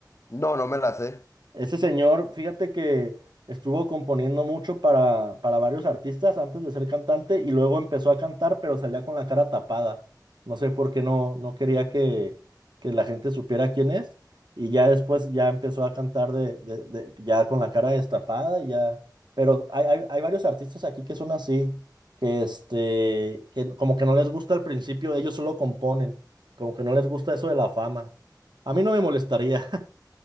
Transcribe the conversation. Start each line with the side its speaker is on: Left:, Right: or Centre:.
Left: No, no me la sé.
Right: Ese señor, fíjate que estuvo componiendo mucho para, para varios artistas antes de ser cantante y luego empezó a cantar, pero salía con la cara tapada. No sé por qué no, no quería que, que la gente supiera quién es. Y ya después ya empezó a cantar de, de- de- ya con la cara destapada y ya. Pero hay, hay, hay varios artistas aquí que son así, que este, que como que no les gusta al principio, ellos solo componen, como que no les gusta eso de la fama. A mí no me molestaría.